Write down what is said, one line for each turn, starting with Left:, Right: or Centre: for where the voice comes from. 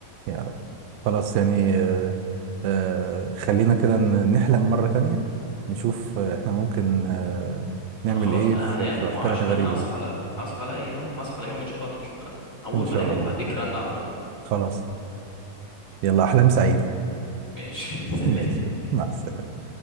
Right: يا رب خلاص يعني آه آه خلينا كده ن- نحلم مرة تانية نشوف آه، احنا ممكن آه نعمل
Left: انا خلاص
Right: ايه
Left: بقى
Right: في,
Left: هنام
Right: في الافكار
Left: وعشمان
Right: الغريبة
Left: هصحى
Right: دي
Left: لا هصحى الاقي اه هصحى الاقيهم ان شاء الله تحت المخده اول
Right: ان شاء
Left: ما الاقيهم
Right: الله
Left: هديك رن على طول
Right: خلاص يلا احلام سعيدة
Left: ماشي <laughs> سلام
Right: ماشي مع السلامة